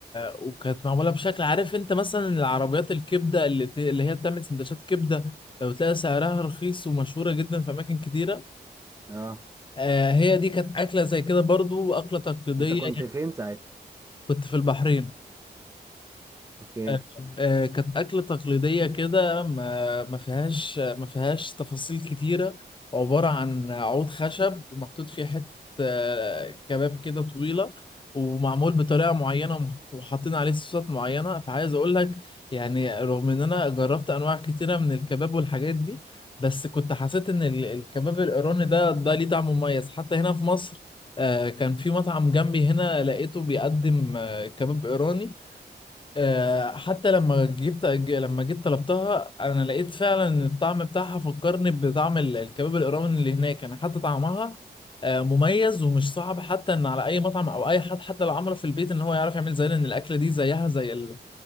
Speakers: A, on the left; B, on the right.
A: وكانت معمولة بشكل عارف أنت مثلا العربيات الكبدة اللي, ت... اللي هي بتعمل سندوتشات كبدة لو تلاقي سعرها رخيص ومشهورة جدا في أماكن كتيرة
B: اه
A: آه هي دي كانت أكلة زي كده برضو أكلة تقليدية
B: انت كنت فين ساعتها
A: كنت في البحرين
B: اوكي
A: آه، آه، كانت أكلة تقليدية كده ما ما فيهاش ما فيهاش تفاصيل كتيرة عبارة عن عود خشب ومحطوط فيه حتة آه، كباب كده طويلة ومعمول بطريقة معينة ومحط- وحاطين عليه صوصات معينة فعايز أقول لك يعني رغم إن أنا جربت أنواع كتيرة من الكباب والحاجات دي بس كنت حسيت إن ال- الكباب الإيراني ده ده ليه طعم مميز حتى هنا في مصر آه، كان في مطعم جنبي هنا لقيته بيقدم آه، كباب إيراني آه، حتى لما جبت ج- لما جيت طلبتها انا لقيت فعلا ان الطعم بتاعها فكرني بطعم ال- الكباب الايراني اللي هناك انا حتى طعمها آه، مميز ومش صعب حتى ان على اي مطعم او اي حد حتى لو عمله في البيت ان هو يعرف يعمل زي ان الاكله دي زيها زي ال-